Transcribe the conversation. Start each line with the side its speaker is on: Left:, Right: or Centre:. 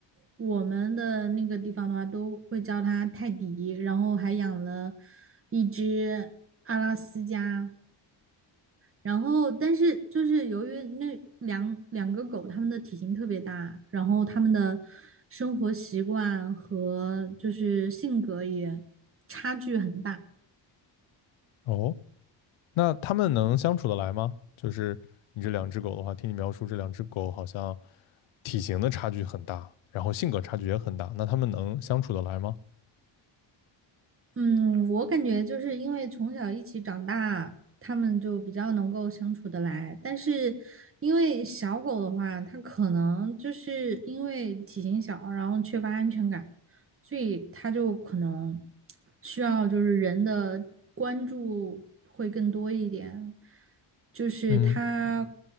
Right: 我们的那个地方的话，都会叫它泰迪，然后还养了一只阿拉斯加，然后但是就是由于那两两个狗，它们的体型特别大，然后它们的生活习惯和就是性格也差距很大。
Left: 哦，那它们能相处得来吗？就是你这两只狗的话，听你描述这两只狗好像体型的差距很大，然后性格差距也很大，那它们能相处得来吗？
Right: 嗯，我感觉就是因为从小一起长大，他们就比较能够相处得来。但是因为小狗的话，它可能就是因为体型小，然后缺乏安全感，所以它就可能需要就是人的关注会更多一点，就是它，
Left: 嗯，